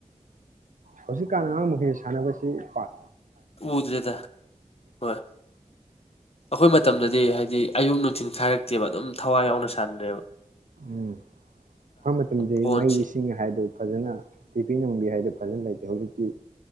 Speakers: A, on the right; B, on the left.
A: ꯍꯧꯖꯤꯛꯀꯥꯟ ꯑꯉꯥꯡ ꯃꯈꯩ ꯁꯥꯟꯅꯕꯁꯤ ꯄꯛ
B: ꯎꯗ꯭ꯔꯦꯗ ꯍꯣꯏ ꯑꯩꯈꯣꯏ ꯃꯇꯝꯗꯗꯤ ꯍꯥꯏꯗꯤ ꯑꯌꯨꯛ ꯅꯨꯡꯊꯤꯟ ꯈꯥꯏꯔꯛꯇꯦꯕ ꯑꯗꯨꯝ ꯊꯋꯥꯏ ꯌꯥꯎꯅ ꯁꯥꯟꯅ꯭ꯔꯛꯕ꯫
A: ꯎꯝ ꯑꯩꯈꯣꯏ ꯃꯇꯝꯗ
B: ꯐꯣꯟꯁꯤ
A: ꯃꯩ ꯏꯁꯤꯡ ꯍꯥꯏꯗꯨꯣ ꯐꯖꯅ ꯇꯤꯕꯤ ꯅꯨꯡꯕꯤ ꯍꯥꯏꯗꯣ ꯐꯖꯅ ꯂꯩꯇꯦ꯫ ꯍꯧꯖꯤꯛꯇꯤ